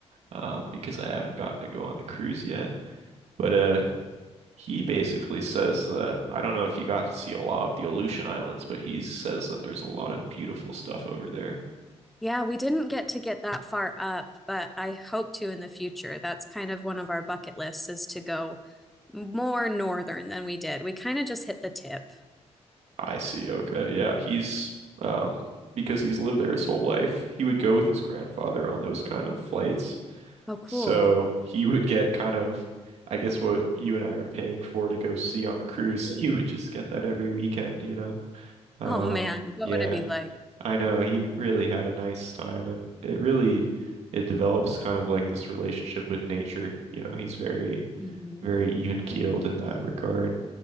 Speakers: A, on the right (about 75°); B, in the centre.
A: um, because I haven't gotten to go on the cruise yet. But uh he basically says that I don't know if you got to see a lot of the Aleutian Islands, but he says that there's a lot of beautiful stuff over there.
B: Yeah, we didn't get to get that far up, but I hope to in the future. That's kind of one of our bucket lists is to go more northern than we did. We kind of just hit the tip.
A: I see. Okay. Yeah. He's, um, because he's lived there his whole life, he would go with his grandfather on those kind of flights.
B: Oh, cool.
A: So he would get kind of, I guess, what you and I are paying for to go see on a cruise. <laughs> He would just get that every weekend, you know? Um,
B: Oh man, what
A: yeah.
B: would it be like?
A: I know he really had a nice time and it really it develops kind of like this relationship with nature. You know, he's very,
B: Mhm.
A: very even keeled in that regard.